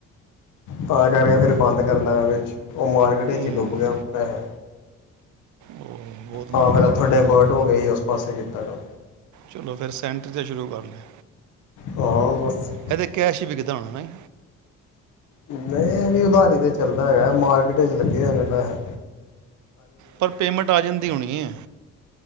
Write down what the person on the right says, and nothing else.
ਹਮ,
ਉਹ ਬਹੁਤ
ਮਾੜਾ
ਹੋ
ਗਿਆ
ਜੀ
ਚਲੋ ਫਿਰ ਸੈਂਟਰ ਤੇ ਸ਼ੁਰੂ ਕਰ ਲਿਆ
ਇਹਦੇ ਕੈਸ਼ ਹੀ ਵਿਕਦਾ ਹੋਣਾਾ ਨਹੀਂ
ਪਰ ਪੇਮੈਂਟ ਆ ਜਾਂਦੀ ਹੋਣੀ ਹੈ